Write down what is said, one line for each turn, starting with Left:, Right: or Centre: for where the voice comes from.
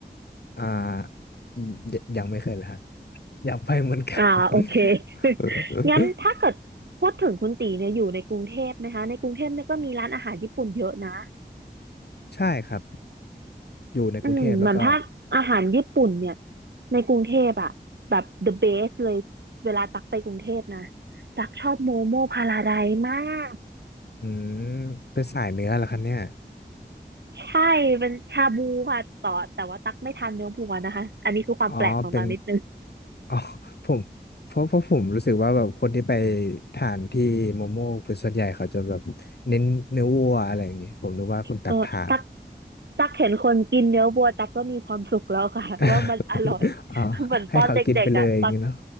Left: อ่าอืมยยังไม่เคยเลยฮะอยากไปเหมือนกัน
Right: อ่าโอเค
Left: <laughs>
Right: <laughs> งั้นถ้าเกิดพูดถึงคุณตีเนี่ยอยู่ในกรุงเทพนะคะในกรุงเทพเนี่ยก็มีร้านอาหารญี่ปุ่นเยอะนะ
Left: ใช่ครับอยู่ในกรุงเทพแล้วก็
Right: อืมเหมือนถ้าอาหารญี่ปุ่นเนี่ยในกรุงเทพอะแบบ the best เลยเวลาตักไปกรุงเทพนะตักชอบโมโมพาราไดซ์มาก
Left: อืมเป็นสายเนื้อเหรอคะเนี่ย
Right: ใช่เป็นชาบูค่ะต่อแต่ว่าตักไม่ทานเนื้อวัวนะคะ อันนี้คือความแปลกของตักนิดนึง
Left: อ๋อเป็น อ๋อผมเพราะเพราะผมรู้สึกว่าแบบคนที่ไปทานที่โมโม่เป็นส่วนใหญ่เขาจะแบบเน้นเนื้อวัวอะไรอย่างงี้ผมนึกว่าคุณตักทาน
Right: เออตักตักเห็นคนกินเนื้อวัวตักก็มีความสุขแล้วค่ะ <laughs>
Left: <laughs>
Right: ว่ามันอร่อย
Left: อ๋อให้เขากินไปเลยอย่างงี้เนาะ
Right: <laughs> เหมือนตอนเด็กๆอ่ะตัก